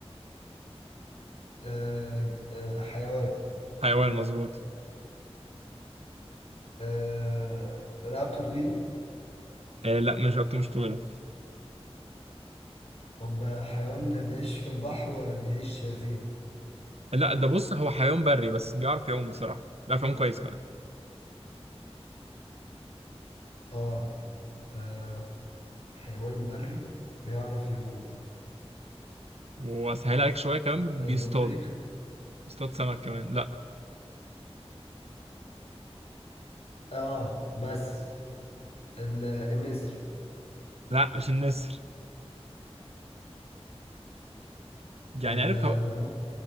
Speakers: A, on the left; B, on the right.
A: آه آه حيوان
B: حيوان مظبوط
A: آه رقبته طويلة
B: آه لا مش رقبته مش طويله
A: طب حيوان بيعيش في البحر ولا بيعيش فين؟
B: لا ده بص هو حيوان بري بس بيعرف يعوم بصراحه بيعرف يعوم كويس كمان
A: آه, آه حيوان بري بيعرف يعوم
B: واسهل عليك شويه كمان
A: البطريق
B: بيصطاد بيصطاد سمك كمان لا
A: آه بس ال- النسر
B: لا مش النسر يعني
A: ال-
B: عارف
A: الغراب
B: هو-